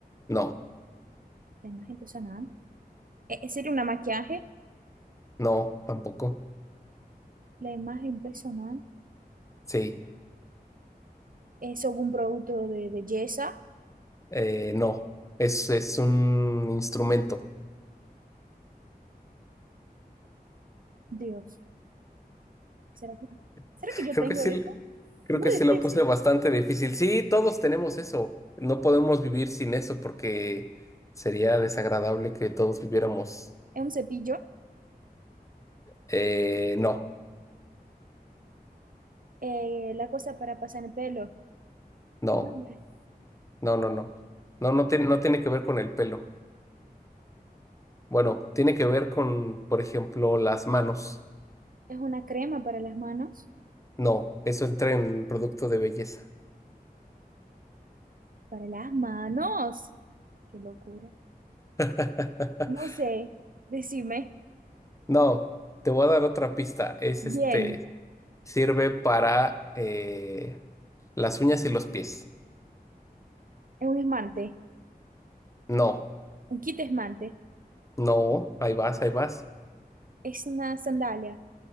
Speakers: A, on the left; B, on the right.
A: No,
B: La imagen personal. Eh, eh, sería una maquillaje.
A: no, tampoco.
B: La imagen personal
A: Sí,
B: es algún producto de belleza.
A: eh, no. Es, es un instrumento.
B: Dios. ¿Será que, será
A: <laughs>
B: que yo
A: Creo
B: tengo
A: que sí,
B: esto?
A: creo
B: Muy
A: que sí
B: difícil.
A: la puse bastante difícil. Sí, todos tenemos eso. No podemos vivir sin eso porque sería desagradable que todos viviéramos.
B: Es un cepillo.
A: Eh, no,
B: Eh, la cosa para pasar el pelo.
A: no,
B: Bueno, hombre,
A: no, no, no. No, no, tiene- no tiene que ver con el pelo. Bueno, tiene que ver con, por ejemplo, las manos.
B: Es una crema para las manos.
A: No, eso entra en producto de belleza.
B: Para las manos. Qué locura.
A: <laughs>
B: No sé, decime.
A: No, te voy a dar otra pista. Es
B: Bien,
A: este, sirve para eh, las uñas y los pies.
B: es un esmante,
A: No,
B: un kit esmante,
A: no, ahí vas, ahí vas.
B: es una sandalia,